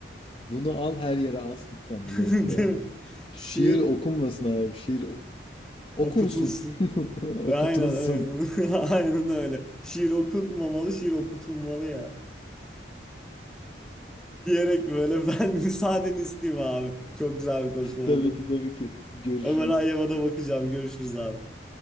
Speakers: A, on the left; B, in the centre.
A: Bunu al her yere as lütfen
B: <laughs>
A: bu lafı ya.
B: Değil mi?
A: Şiir
B: Şiir
A: okunmasın abi. Şiir o- okunsun.
B: okutulsun.
A: <laughs> Okutulsun.
B: Aynen öyle. <laughs> Aynen öyle. Şiir okunmamalı, şiir okutulmalı ya. Diyerek böyle ben <laughs> müsaadeni isteyeyim abi. Çok güzel bir konuşma oldu.
A: Tabii ki tabii ki. Görüşürüz.
B: Ömer Hayyam'a da bakacağım. Görüşürüz abi.